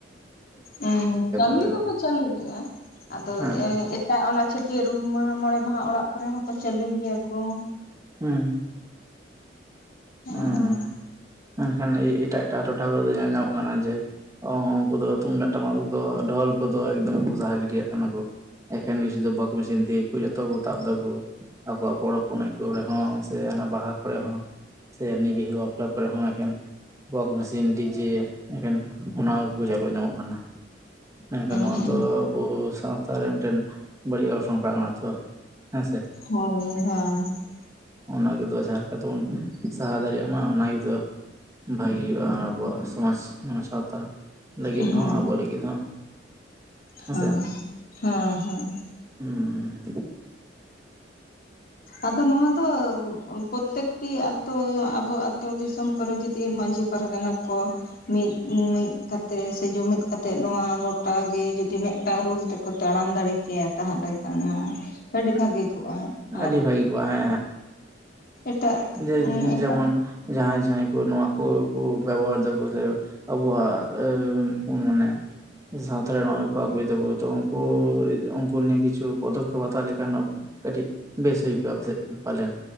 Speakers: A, on the left; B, on the right.
A: ᱦᱩᱸ ᱪᱟᱹᱞᱩᱭ
B: ᱚᱱᱛᱮ
A: ᱫᱚᱠᱚ
B: ᱫᱚ
A: ᱪᱟᱹᱞᱩᱭᱟ ᱜᱤᱭᱟᱹ, ᱟᱫᱚ
B: ᱦᱮᱸ ᱦᱮᱸ
A: ᱮᱭᱟᱭ ᱚᱠᱟ ᱚᱱᱟ ᱪᱷᱟᱹᱴᱭᱟᱹᱨ ᱢᱚᱬᱮ ᱢᱟᱦᱟ ᱚᱲᱟᱜ ᱠᱚᱨᱮ ᱦᱚᱸᱠᱚ ᱪᱟᱹᱞᱩᱭ ᱜᱮᱭᱟ ᱠᱚ ᱾
B: ᱦᱩᱸ
A: ᱦᱩᱸ
B: ᱦᱮᱸ ᱢᱮᱱᱠᱷᱟᱱ ᱮᱴᱟᱜ ᱮᱴᱟᱜ ᱴᱚᱴᱷᱟ ᱠᱚᱨᱮ ᱫᱚ ᱧᱮᱞ ᱧᱟᱢᱚᱜ ᱠᱟᱱᱟ ᱡᱮ ᱚ ᱩᱱᱠᱩ ᱫᱚ ᱛᱩᱢᱫᱟᱜ ᱴᱟᱢᱟᱠ ᱠᱚᱫᱚ, ᱰᱷᱚᱞ ᱠᱚᱫᱚ, ᱮᱠᱫᱚᱢ ᱠᱚ ᱥᱟᱦᱟ ᱜᱤᱰᱤ ᱠᱟᱜ ᱠᱟᱱᱟ ᱠᱚ ᱾ ᱮᱠᱷᱮᱱ ᱤᱥᱤ ᱫᱚ ᱵᱟᱠᱚ ᱢᱤᱥᱤᱱ ᱛᱤ ᱡᱷᱚᱛᱚ ᱠᱚ ᱛᱟᱵ ᱮᱫᱟ ᱠᱚ ᱟᱵᱚᱣᱟᱜ ᱯᱚᱨᱚᱵᱽ ᱯᱩᱱᱟᱹᱭ ᱠᱚᱨᱮ ᱦᱚᱸ ᱥᱮ ᱚᱱᱟ ᱵᱟᱦᱟ ᱠᱚᱨᱮ ᱦᱚᱸ ᱥᱮ ᱮᱢᱤ ᱵᱤᱦᱮ ᱵᱟᱯᱞᱟ ᱠᱚᱨᱮ ᱦᱚᱸ ᱮᱠᱷᱮᱱ ᱵᱚᱠ ᱢᱮᱥᱤᱱ ᱰᱤ ᱡᱮ ᱮᱠᱷᱮᱱ ᱚᱱᱟ ᱠᱚᱠᱚ ᱡᱟᱣᱜᱮ ᱧᱟᱢᱚᱜ ᱠᱟᱱᱟ ᱾ ᱢᱮᱱᱠᱷᱟᱱ ᱱᱚᱶᱟ
A: ᱦᱩᱸ
B: ᱫᱚ ᱚ ᱥᱟᱶᱛᱟ ᱨᱮ ᱢᱤᱫᱴᱮᱱ ᱵᱟᱹᱲᱤᱡ ᱚᱨᱥᱚᱝ ᱯᱟᱲᱟᱜ ᱠᱟᱱᱟ ᱛᱚ ᱦᱮᱸᱥᱮ ᱾
A: <unintelligible>
B: ᱚᱱᱟ ᱠᱚᱫᱚ ᱡᱟᱦᱟᱸ ᱞᱮᱠᱟ ᱛᱮᱵᱚᱱ ᱥᱟᱦᱟ ᱫᱟᱲᱮᱭᱟᱜ ᱟᱢᱟ ᱚᱱᱟ ᱜᱮᱛᱚ ᱾ ᱵᱷᱟᱜᱮ ᱦᱩᱭᱩᱜᱼᱟ ᱟᱵᱚᱣᱟᱜ ᱥᱚᱢᱟᱡᱽ ᱥᱟᱶᱛᱟ ᱾ ᱞᱟᱹᱜᱤᱫ
A: ᱦᱮᱸ
B: ᱦᱚᱸ ᱟᱵᱚ ᱞᱟᱹᱜᱤᱫ ᱦᱚᱸ, ᱦᱮᱸᱥᱮ
A: ᱦᱮᱸ ᱦᱮᱸ ᱦᱮᱸ
B: ᱦᱩᱸ
A: ᱟᱫᱚ ᱱᱚᱣᱟ ᱫᱚ ᱯᱨᱚᱛᱮᱠ ᱴᱤ ᱟᱹᱛᱩ ᱟᱵᱚ ᱟᱹᱛᱩ ᱫᱤᱥᱚᱢ ᱠᱚᱨᱮ ᱡᱩᱫᱤ ᱢᱟᱹᱡᱷᱤ ᱯᱟᱨᱜᱟᱱᱟ ᱠᱚ ᱾ ᱢᱤᱫ ᱢᱤᱫ ᱠᱟᱛᱮ, ᱥᱮ ᱡᱩᱢᱤᱫ ᱠᱟᱛᱮᱜ, ᱱᱚᱣᱟ ᱜᱚᱴᱟᱜ ᱜᱮ ᱡᱩᱫᱤ ᱢᱤᱫᱴᱟᱝ ᱨᱩᱞ ᱛᱮ ᱠᱚ ᱛᱟᱲᱟᱢ ᱫᱟᱲᱮ ᱠᱮᱭᱟ, ᱛᱟᱦᱚᱞᱮ ᱠᱷᱟᱱ ᱢᱟ ᱟᱹᱰᱤ ᱵᱷᱟᱜᱤ ᱠᱚᱜᱼᱟ ᱾
B: ᱟᱹᱰᱤ ᱵᱷᱟᱹᱜᱤ ᱠᱚᱜᱼᱟ, ᱦᱮᱸ
A: ᱮᱴᱟᱜ
B: ᱦᱮᱸ ᱡᱮ
A: ᱮᱴᱟᱜ
B: ᱡᱮᱢᱚᱱ ᱡᱟᱦᱟᱸᱭ ᱡᱟᱦᱟᱸᱭ ᱠᱚ ᱱᱚᱣᱟ ᱠᱚ ᱠᱚ ᱵᱮᱵᱚᱦᱟᱨ ᱮᱫᱟᱠᱚ ᱥᱮ ᱟᱵᱚᱣᱟᱜ ᱮᱸᱻ ᱢᱟᱱᱮ ᱥᱟᱶᱛᱟ ᱨᱮ ᱱᱚᱜᱚᱭ ᱠᱚ ᱟᱹᱜᱩᱭ ᱮᱫᱟᱠᱚ ᱛᱚ ᱩᱱᱠᱩ ᱚᱝᱠᱩ ᱱᱤᱭᱮ ᱠᱤᱪᱷᱩᱠ ᱯᱚᱫᱠᱷᱮᱯ ᱦᱟᱛᱟᱣ ᱞᱮᱠᱷᱟᱱ ᱠᱟᱹᱴᱤᱡ ᱵᱮᱥ ᱞᱮᱠᱟ ᱵᱟᱥᱮᱡ ᱯᱟᱞᱮᱱ,